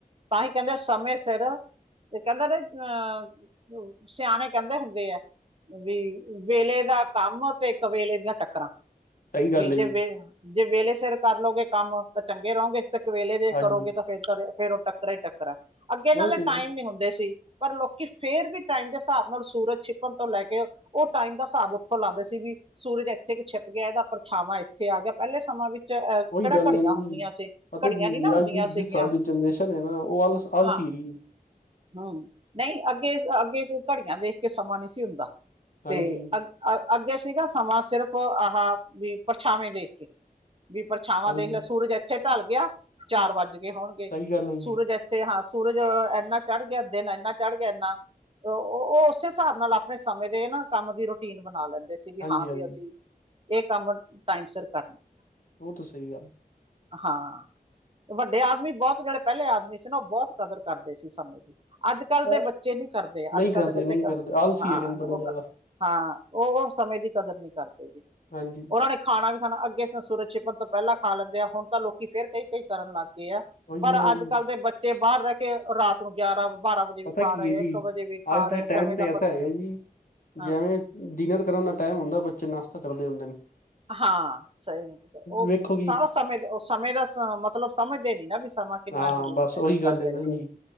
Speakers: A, on the right (about 35°); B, on the left (about 65°).
A: ਤਾਂਹੀ ਕਹਿੰਦੇ ਸਮੇ ਸਿਰ ਤੇ ਕਹਿੰਦੇ ਨੇ ਅਹ, ਸਿਆਣੇ ਕਹਿੰਦੇ ਹੁੰਦੇ ਆ। ਵੀ ਵੇਲੇ ਦਾ ਕੰਮ 'ਤੇ ਇੱਕ ਵੇਲੇ ਦੀਆਂ ਟੱਕਰਾਂ।
B: ਸਹੀ ਗੱਲ
A: ਵੀ
B: ਹੈ
A: ਜੇ
B: ਜੀ,
A: ਵੇ ਜੇ ਵੇਲੇ ਸਿਰ ਕਰ ਲੋਗੇ ਕੰਮ ਤਾਂ ਚੰਗੇ ਰਹੋਗੇ ਚੱਕ ਵੇਲੇ ਜੇ
B: ਹਾਂਜੀ
A: ਕਰੋਗੇ ਤਾਂ ਫਿਰ ਤਰ ਫੇਰ ਓ ਟੱਕਰਾਂ ਈ ਟੱਕਰਾਂ ਅੱਗੇ ਨਾਲੇ
B: ਉਹ ਤੇ
A: ਟਾਈਮ ਨੀ ਹੁੰਦੇ ਸੀ। ਪਰ ਲੋਕੀ ਫੇਰ ਵੀ ਟਾਈਮ ਦੇ ਹਿਸਾਬ ਨਾਲ ਸੂਰਜ ਛਿਪਣ ਤੋਂ ਲੈ ਕੇ ਓ ਟਾਈਮ ਦਾ ਹਿਸਾਬ ਉੱਥੋਂ ਲਾਂਦੇ ਸੀ ਵੀ ਸੂਰਜ ਐਥੇ ਕ ਛਿਪ ਗਿਆ ਐਦਾ ਪਰਛਾਵਾਂ ਏਥੇ ਆ ਗਿਆ ਪਹਿਲੇ ਸਮਾਂ ਵੀ 'ਚ ਅ
B: ਉਹੀ
A: ਕੇੜਾ
B: ਗੱਲ
A: ਘੜੀਆਂ
B: ਹੈ ਨਾ
A: ਹੁੰਦੀਆਂ
B: ਜੀ।
A: ਸੀ,
B: ਪਤਾ
A: ਘੜੀਆਂ
B: ਕੀ
A: ਨੀ
B: ਜੀ
A: ਨਾ ਹੁੰਦੀਆਂ
B: ਅੱਜ ਦੀ ਜਿਸ
A: ਸੀਗੀਆਂ,
B: ਹਿਸਾਬ ਦੀ ਜਨਰੇਸ਼ਨ ਹੈ ਨਾ ਉਹ ਆਲਸ ਆਲਸੀ
A: ਹਾਂ।
B: ਹੈਗੀ
A: ਹੂੰ ਨਈ ਅੱਗੇ, ਅੱਗੇ ਘੜੀਆਂ ਵੇਖ ਕੇ ਸਮਾਂ ਨੀ ਸੀ ਹੁੰਦਾ
B: ਹਾਂਜੀ।
A: 'ਤੇ ਅੱ ਅ ਅੱਗੇ ਸੀਗਾ ਸਮਾਂ ਸਿਰਫ਼ ਆਹ ਵੀ ਪਰਛਾਵੇਂ ਦੇਖ ਕੇ। ਵੀ ਪਰਛਾਵਾਂ
B: ਹਾਂਜੀ
A: ਦੇਖ ਲਿਆ ਸੂਰਜ ਐਥੇ ਟਲ ਗਿਆ, ਚਾਰ ਵੱਜ ਗੇ ਹੋਣਗੇ
B: ਸਹੀ ਗੱਲ ਹੈ
A: ਸੂਰਜ
B: ਜੀ,
A: ਇ 'ਤੇ ਹਾਂ ਸੂਰਜ ਐਨਾ ਚੜ ਗਿਆ, ਦਿਨ ਐਨਾ ਚੜ ਗਿਆ ਐਨਾ ਓ, ਓ ਉਸੇ ਹਿਸਾਬ ਨਾਲ ਆਪਣੇ ਸਮੇਂ ਦੇ ਨਾ ਕੰਮ ਦੀ ਰੂਟੀਨ ਬਣਾ ਲੈਂ ਦੇ ਸੀ ਵੀ
B: ਹਾਂਜੀ
A: ਹਾਂ
B: ਹਾਂਜੀ
A: ਵੀ ਅਸੀਂ, ਏ ਕੰਮ ਟਾਈਮ ਸਿਰ ਕਰਨਾ।
B: ਓ ਤੋਂ ਸਈ ਗੱਲ।
A: ਹਾਂ, ਵੱਡੇ ਆਦਮੀ ਬੋਤ ਜੇੜੇ ਪਹਿਲੇ ਆਦਮੀ ਸੀ ਨਾ ਓ ਬੋਤ ਕਦਰ ਕਰਦੇ ਸੀ ਸਮੇਂ ਦੀ। ਅੱਜ-ਕੱਲ ਦੇ
B: ਐ
A: ਬੱਚੇ ਨੀ ਕਰਦੇ
B: ਨਹੀਂ
A: ਅੱਜ-ਕੱਲ
B: ਕਰਦੇ
A: ਦੇ ਬੱਚੇ
B: ਨਹੀਂ
A: ਬਸ
B: ਕਰਦੇ ਆਲਸੀ
A: ਹਾਂ
B: ਹੈਗੇ ਨੇ ਬੜੇ
A: ਓ
B: ਜ਼ਿਆਦਾ
A: ਕ ਹਾਂ ਓ-ਓ ਸਮੇਂ ਦੀ ਕਦਰ ਨੀ ਕਰਦੇ ਜੀ,
B: ਹਾਂਜੀ
A: ਉਨਾਂ ਨੇ ਖਾਣਾ ਵੀ ਖਾਣਾ ਅੱਗੇ ਸ ਸੂਰਤ ਛਿਪਣ ਤੋਂ ਪਹਿਲਾਂ ਖਾ ਲੈਂਦੇ ਆ ਹੁਣ ਤਾਂ ਲੋਕੀ ਫੇਰ ਕਈ-ਕਈ ਕਰਨ ਲਾ ਗੇ ਐ,
B: ਉਹੀ
A: ਪਰ
B: ਨਾ
A: ਅੱਜ-ਕਲ
B: ਜੀ
A: ਦੇ ਬੱਚੇ ਬਾਰ ਰੈ ਕੇ ਰਾ ਤ ਨੂੰ ਗਿਆਰਾਂ-ਬਾਰਾਂ ਵਜੇ
B: ਪਤਾ
A: ਵੀ ਖਾ
B: ਕੀ
A: ਰੇਅ
B: ਹੈ
A: ਐ,
B: ਜੀ
A: ਇੱਕ ਵਜੇ ਵੀ ਖਾ
B: ਅੱਜ ਦੇ
A: ਰੇਅ
B: ਟਾਈਮ
A: ਸਮੇਂ
B: ਤੇ
A: ਦਾ
B: ਐਸਾ
A: ਪ,
B: ਹੈਗਾ ਜੀ
A: ਹਾਂ।
B: ਜਿਵੇਂ ਡਿਨਰ ਕਰਨ ਦਾ ਟਾਈਮ ਹੁੰਦਾ ਬੱਚੇ ਨਾਸ਼ਤਾ ਕਰਦੇ ਹੁੰਦੇ ਨੇ।
A: ਹਾਂ ਸਈ ਓ
B: ਵੇਖੋ ਜੀ
A: ਸਾਰਾ ਸਮੇਂ ਓ ਸਮੇਂ ਦਾ ਸ ਮਤਲਬ ਸਮਝਦੇ ਨੀ ਨਾ ਵੀ ਸਮਾਂ ਕਿੰਨਾ
B: ਹਾਂ
A: ਜ਼ਰੂਰੀ
B: ਬਸ
A: ਹੈਗਾ
B: ਉਹੀ
A: ਸਾਡੇ
B: ਗੱਲ ਹੈ ਨਾ
A: ਲਈ।
B: ਜੀ